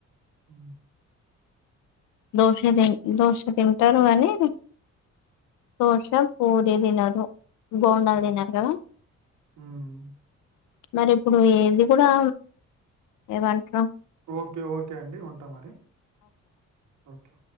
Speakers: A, on the right (about 75°); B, on the left (about 85°).
A: అ
B: దోస ద దోస తింటా టారు కని దోష పూరి తినరు బోండాల్
A: హ్మ్.
B: తినరు కదా
A: హ్మ్.
B: మరి ఇప్పుడు ఏది కూడా ఏమంటారు
A: ఓకే ఓకే అండి ఉంటా మరి ఓకే